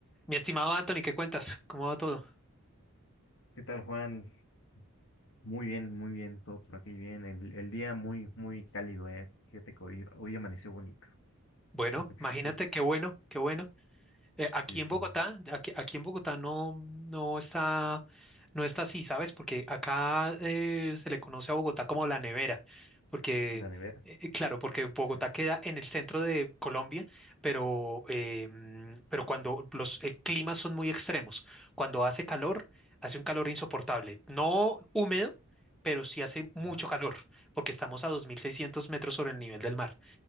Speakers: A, in the centre; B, on the left (about 60°).
A: Mi estimado Anthony, ¿qué cuentas? ¿Cómo va todo?
B: ¿Qué tal, Juan? Muy bien, muy bien, todo por aquí bien. El, el día muy, muy cálido, ¿eh? Fíjate que hoy, hoy amaneció bonito.
A: Bueno,
B: <laughs>
A: imagínate
B: Sí,
A: qué bueno, qué bueno. Eh, aquí
B: sí,
A: en
B: sí,
A: Bogotá,
B: en
A: aquí, aquí en Bogotá no, no está, no está así, ¿sabes? Porque acá eh, se le conoce a Bogotá como la nevera, porque,
B: la nevera.
A: eh, eh, claro, porque Bogotá
B: ajá,
A: queda en el centro de Colombia, pero, eh, mm, pero cuando los eh, climas son muy extremos, cuando hace calor, hace un calor insoportable, no húmedo, pero sí hace mucho
B: ¿no?
A: calor, porque estamos a 2.600 metros sobre el nivel del mar